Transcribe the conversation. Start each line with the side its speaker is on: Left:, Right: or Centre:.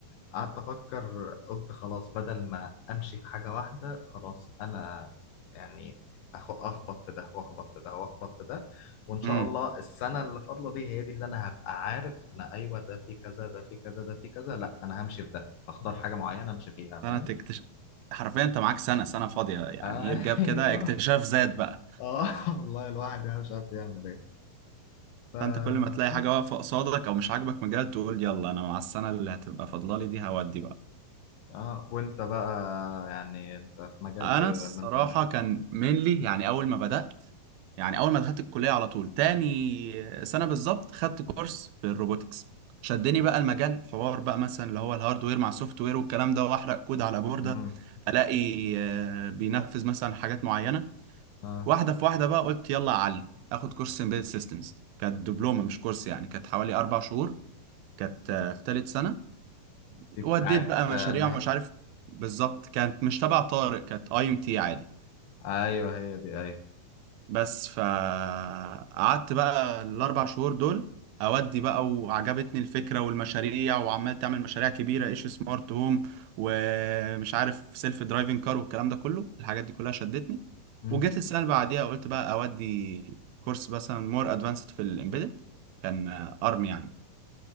Left: قعدت أفكر قلت خلاص بدل ما أمشي في حاجة واحدة خلاص أنا يعني أخ- أخبط في ده وأخبط في ده وأخبط في ده وإن شاء
Right: امم
Left: الله السنة اللي فاضلة دي هي دي اللي أنا هبقى عارف أنا أيوه ده في كذا ده في كذا ده في كذا لأ أنا همشي في ده هختار حاجة معينة أمشي فيها
Right: سنه
Left: فاهم؟
Right: اكتشاف حرفيا انت معاك سنه سنه فاضيه يعني
Left: أيوه
Right: ايه رجاب كده اكتشاف ذات بقى
Left: آه <laughs> والله الواحد يعني مش عارف يعمل إيه فبس
Right: فانت كل ما تلاقي حاجه واقفه قصادك او مش عاجبك مجال تقول يلا انا مع السنه اللي هتبقى فاضله لي دي هودي بقى
Left: آه وأنت بقى يعني أنت في مجال
Right: انا
Left: إيه
Right: الصراحه
Left: ولا أنت مركز؟
Right: كان مينلي يعني اول ما بدات يعني اول ما دخلت الكليه على طول تاني سنه بالظبط خدت كورس في الروبوتكس شدني بقى المجال حوار بقى مثلا اللي هو الهاردوير مع السوفت وير والكلام ده واحرق كود على بورده
Left: مم.
Right: الاقي آه، بينفذ مثلا حاجات معينه
Left: آه
Right: واحده في واحده بقى قلت يلا اعلي اخد كورس امبيدد سيستمز كانت دبلومه مش كورس يعني كانت حوالي اربع شهور كانت آه، في ثالث سنه
Left: دي بتاعت
Right: وديت بقى مشاريع
Left: اللي هي
Right: ومش عارف بالظبط كانت مش تبع طارق كانت اي ام تي عادي
Left: ايوه هي دي ايوه
Right: بس فقعدت بقى الاربع شهور دول اودي بقى وعجبتني الفكره والمشاريع وعمال تعمل مشاريع كبيره ايش سمارت هوم ومش عارف سيلف درايفنج كار والكلام ده كله الحاجات دي كلها شدتني
Left: مم.
Right: وجيت السنه اللي بعديها قلت بقى اودي كورس مثلا مور ادفانسد في الامبيدد كان ارم يعني